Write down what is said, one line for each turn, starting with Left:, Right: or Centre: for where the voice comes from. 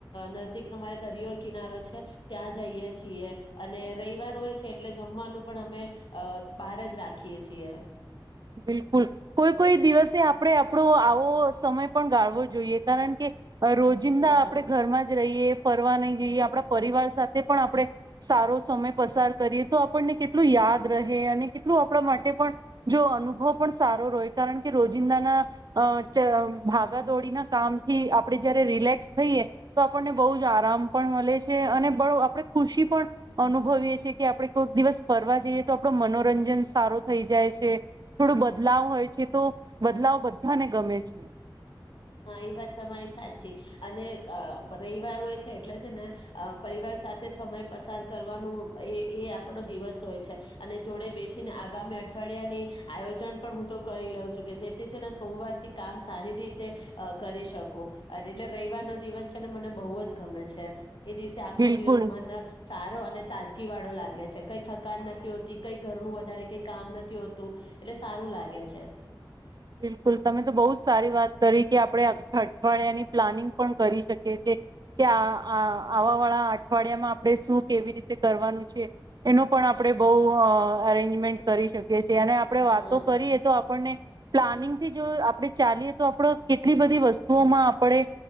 Left: નદીકનો અમારે દરિયો કિનારો છે ત્યાં જઈએ છીએ અને રવવાર હોય છે એટલે જમવાનું પણ અમે બહાર જ રાખીએ છીએ.
Right: બિલકુલ કોઈ કોઈ દિવસે આપણે આપણો આવો સમય પણ ગાળવો જોઈએ કારણ કે રોજિંદા
Left: હા
Right: આપણે ઘરમાં જ રહીએ. ફર નહી જઈએ આપણા પરિવાર સાથે પણ આપણે સારો સમય પસાર કરીએ તો આપણને કેટલું યાદ અને કેટલું આપણા માટે પણ જો અનુ અ પણ સારો રય કારણ કે રોજિંદાના ભાગા દોડીના કામથી આપણે જયારે રિલેક્સ થઈએ તો આપણને બહુ જ આરામ પણ મળે છે અને બ આપ ખુશી પણ અનુભવીએ છીએ કે આપડણે કોઈક દિવસ ફરવા જઈએ તો આપણો મનોરંજન સારો થઈ જાય છે. થોડો બદલાવ હોય છે તો બદલાવ બધાને ગમે છે.
Left: હા એ વાત તમારી સાચી અને રવિવાર હોય છે એટલે છે ને પરિવાર સાથે સમય પસાર કરવાનો એ એ આપડો દિવસ હોય છે અને જોડે બેસીને આગામી અઠવાડિયાની આયોજન પણ હું તો કરી લઉં છું કે જેથી છે ને સોમવાર થી કામ સારી રીતે કરી શકું એટલે રવવાર નો દિવસ છે ને મને બહુ જ ગમે છે. એ દિવસે આખો,
Right: બિલકુલ
Left: દિવસ મન સારો અને તાજ. ી વાળો લાગે છે, કઈ થકાન નથી હોતી કઈ ઘરનું વધારે કઈ, કામ નથી હોતું એટલે સારું લાગે છે.
Right: બિલકુલ તમે તો બહુ. સારી વાત કરી કે, આપડે. અઠવાડિયા ની પ્લાનિંગ પણ કરી શકીએ છી, કે આ આવા વાળા અઠવાડિયામાં આપણે શું કેવી રીતે કરવાનું છે, એનો પણ આપણેે બઉ અરેન્જમેન્ટ કરી શકીએ છએ. ત્યાંને આપડણે
Left: હા
Right: વાતો, કરીએ તો આપણને. પ્લાનિંગથી જો આપણે ચાલીએ તો આપડ કેટલી બધી વસ્તુઓમાં આપણે